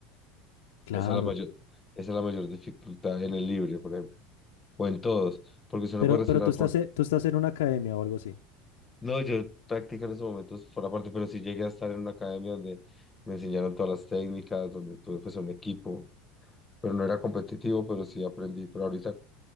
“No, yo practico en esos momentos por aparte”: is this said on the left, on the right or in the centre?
Left